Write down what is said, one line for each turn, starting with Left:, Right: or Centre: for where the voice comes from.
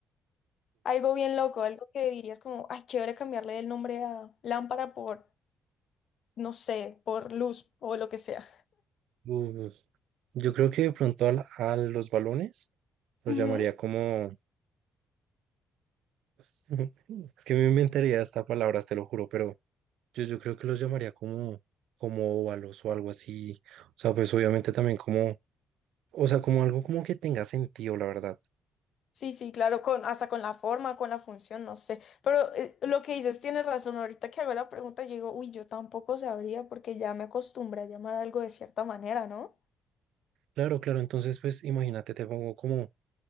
Left: Algo bien loco. Algo que dirías como, ay, chévere cambiarle el nombre a lámpara por, no sé, por luz o lo que sea.
Right: Uf, yo creo que de pronto al- a los balones los
Left: Ujú.
Right: llamaría como... <laughs> Es que me inventaría esta palabra, te lo juro, pero yo, yo creo que los llamaría como, como óvalos o algo así. O sea, pues obviamente también como... O sea, como algo como que tenga sentido, la verdad.
Left: Sí, sí, claro, con, hasta con la forma, con la función, no sé. Pero eh, lo que dices, tienes razón. Ahorita que hago la pregunta, yo digo, uy, yo tampoco sabría porque ya me acostumbré a llamar algo de cierta manera, ¿no?
Right: Claro, claro, entonces pues imagínate, te pongo como